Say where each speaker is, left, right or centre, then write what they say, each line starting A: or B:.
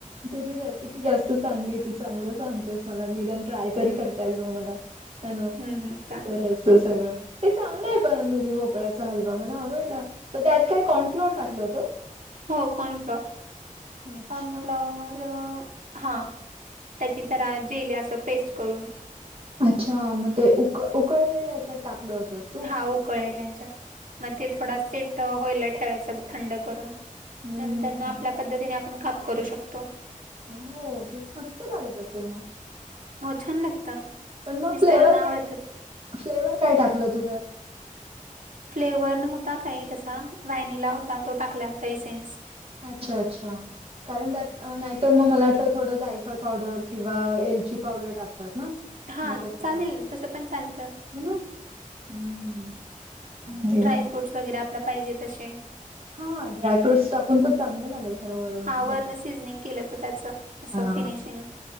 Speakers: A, on the right (about 45°); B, on the right (about 70°).
A: तुची रेसिपी जास्त चांगलीय तु चांगलं सांगतेस मला निदान ट्राय तरी करता येईल म मला. <unintelligible>
B: हम्म हम्म, चालेल
A: ते चांगलं आहे पण दुदी भोपळ्याचा हलवा मला आवडला, पण त्यात काय कॉर्नफ्लॉवर टाकलं होतं?
B: हो कॉर्नफ्लॉवर,
A: अच्छा.
B: कॉर्नफ्लॉवरर हा त्याची जरा जेली असं पेस्ट करून.
A: अच्छा! मग ते, उक-उकळलेलं ह्याच्यात टाकलं होतंच.
B: हा उकळेला हेच्यात, मग ते थोडा सेट होयला ठेवायचं थंड करून.
A: हं,
B: नंतरन
A: हं, हं.
B: आपल्या पद्धतीने काप करू शकतो.
A: हो, ते मस्त लागत असेल मग
B: हो छान लागतं.
A: पण मग
B: मिस्टरांना
A: फ्लेवर काय,
B: आवडतात
A: फ्लेवर काय टाकलं तू त्यात
B: फ्लेवर् नव्हता काही तसा व्हॅनिला होता तो टाकला होता ए सेन्स
A: अच्छा! अच्छा कारण त्यात नाही. तर मग मला वाटलं थोडं जायफळ पावडर किंवा एलची पावडर टाकतात ना?
B: हा
A: मग तसं
B: चालेल
A: पण
B: तसं पण चालत.
A: है ना? हम्म भारी आहे.
B: ड्रायफ्रूट् वगैरे आपल पाहिजे तसे
A: हां ड्रायफूट्स टाकुन पण चांगलं लागेल? खरं वरून
B: हा वरण
A: हे ते.
B: सिझनिंग केलं तर त्याच असं
A: हां.
B: फिनिशिंग